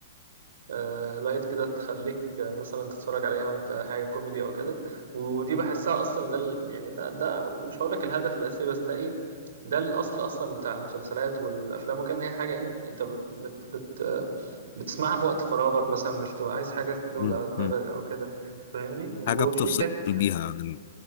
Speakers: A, on the right; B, on the left.
A: آه، لايت كده تخليك آه، مثلا تتفرج عليها وأنت حاجة كوميدي أو كده ودي بحسها أصلا ده ال- يعني ده ده مش هقولك الهدف الأساسي بس ده إيه ده الأصل أصلا بتاع المسلسلات والأفلام وكان هي حاجة إيه أنت بت بت بت آه، بتسمعها في وقت فراغك مثلا مش تبقى عايز حاجة تلود
B: مم.
A: على دماغك
B: مم.
A: أو كده فاهمني وفي
B: حاجة بتفصل
A: كانت
B: بيها عن